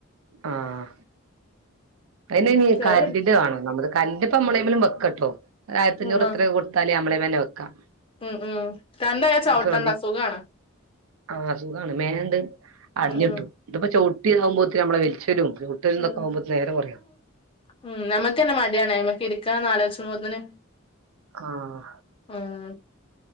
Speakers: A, on the right; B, on the left.
A: ആഹ പിെ
B: ഉം കേറി
A: കല്ലന്റെ
B: വരും.
A: വേണോ നമ്മള് കല്ലപ്പ മമ്മളലും വെക്കട്ടോ ആയിരത്തി
B: ഉം
A: അഞ്ഞൂറ്
B: ആഹ്
A: എത്ര കൊടുത്താലല് നമ്മളെവനെ വെക്കാം
B: ഉം ഉം രണ്ടയാച്ചവിട്ടണ്ട
A: ശ്രദ്ധി
B: അസുഖാണ്
A: ആഹ് സുഖമാണ് മേണ്ട അടിഞ്ഞിട്ടു
B: ഉം ഉം
A: ഇപ്പ ചവിട്ടി ആാവുമ്പോ ഒത്തി നമ്മളെ വലിച്ചു ട്ടിൽന്നക്കെ
B: ഉം
A: ആകുമ്പ നേരം കുറയാ
B: ഉം നമ്മക്ക്ന്നെ മടിയാണ് ്മക്ക് ഇരിക്ക നാല വച്ച മുന്നെ
A: ആഹ്
B: ഉം